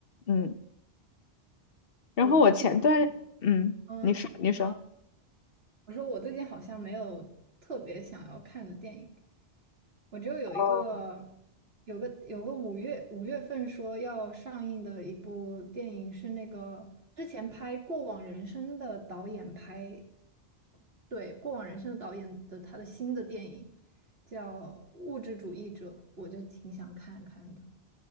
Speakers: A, on the left; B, on the right.
A: 嗯，然后我前段，
B: 我最近好像，
A: 嗯，
B: 嗯，
A: 你说你说，
B: 你说，我说我最近好像没有特别想要看的电影，我就有一个
A: 嗯
B: 有个有个五月五月份说要上映的一部电影是那个之前拍《过往人生》的导演拍，对，《过往人生》的导演的他的新的电影叫《物质主义者》，我就挺想看看的。